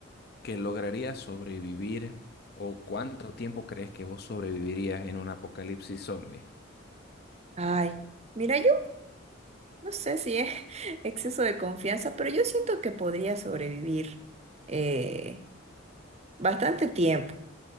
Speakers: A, on the left; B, on the right.
A: que lograrías sobrevivir o cuánto tiempo crees que vos sobrevivirías en un apocalipsis zombie?
B: Ay, mira, yo no sé si es <laughs> exceso de confianza, pero yo siento que podría sobrevivir eh, bastante tiempo.